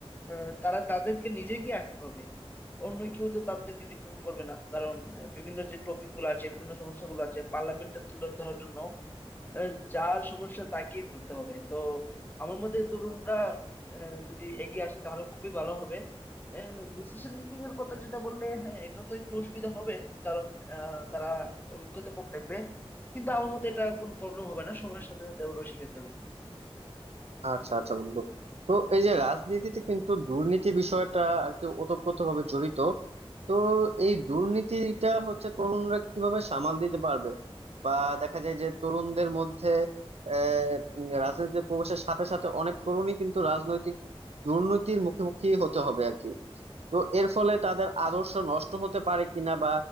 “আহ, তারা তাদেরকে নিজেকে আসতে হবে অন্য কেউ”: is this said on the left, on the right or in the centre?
Left